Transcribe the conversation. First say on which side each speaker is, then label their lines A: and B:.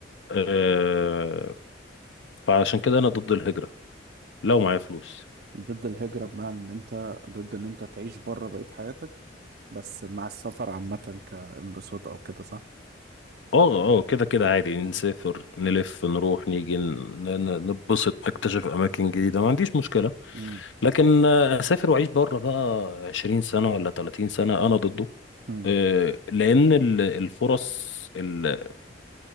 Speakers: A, on the left; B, on the right.
A: أه، فعشان كده انا ضد الهجره لو معايا فلوس
B: ضد الهجرة بمعنى إن أنت ضد إن أنت تعيش بره بقية حياتك بس مع السفر عامة كانبساط أو كده صح؟
A: اه اه كده كده عادي نسافر نلف نروح نيجي ن- ن- نتبسط نكتشف اماكن جديده ما عنديش مشكله
B: مم.
A: لكن آه، اسافر واعيش بره بقى 20 سنه ولا 30 سنه انا ضده
B: مم.
A: آه، لان ال- الفرص ال-